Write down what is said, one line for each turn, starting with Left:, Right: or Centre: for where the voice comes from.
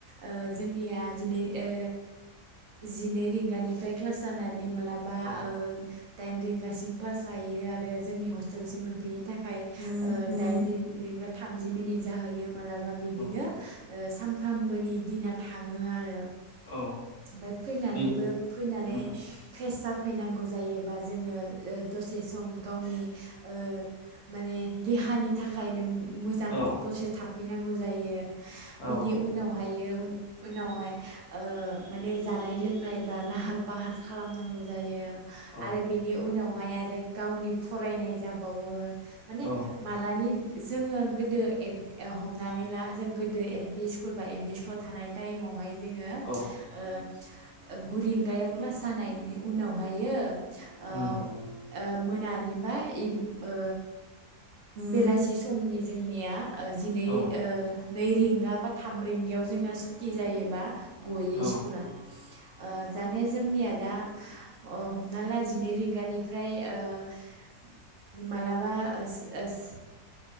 Right: ओ जोंनिया जिनै ओ जिनै रिंगानिफ्राय क्लास जाना नै मालाबा
Left: औ
Right: ओ दाइन रिंगासिम क्लास जायो आरो जोंनि हस्टेलसिम
Left: औ
Right: मोनफैनो था खाय दाइन रिंगा थामजि मिनिट जाहैयो माला मबा बिदिनो
Left: औ
Right: ओ सानफ्रामबोनि दिना थाङो आरो। ओमफ्राय
Left: औ
Right: फैनानैबो
Left: बिदि
Right: फैनानै
Left: उम
Right: फ्रेस जा फैनांगौ जायोबा जोङो ओ दसे सम गावनि ओ माने देहानि थाखाय नों मोजां
Left: औ
Right: दसे था फैनांगौ जायो।
Left: औ
Right: बिनि उनावहायो उनावहाय ओ माने जानाय लोंनाय बा लाहार फाहार खालामनांगौ जायो।
Left: औ
Right: आरो बिनि उनाव <unintelligible> आरो गावनि फरायनाय जाबावो। माने
Left: औ
Right: मालानि जोङो गोदो ए-हमनानै ला जों गोदो एल पि स्कुल बा एमइ स्कुलाव थानाय टाइमावहाय जोङो
Left: औ
Right: ओ गु रिंगायाव क्लास जानायनि उनावहायो ओ
Left: उम
Right: ओ मोनानि बा इभ ओ बेलासि समनि जोंनिया जिनै
Left: औ
Right: ओ नै रिंगा बा थाम रिंगायाव जोंना सुटि जायोबा गयो
Left: औ औ
Right: स्कुला। ओ जानिया जोंनिया दा अ हमना ला जिनै रिंगानिफ्राय फ्राय ओ मालाबा ओ स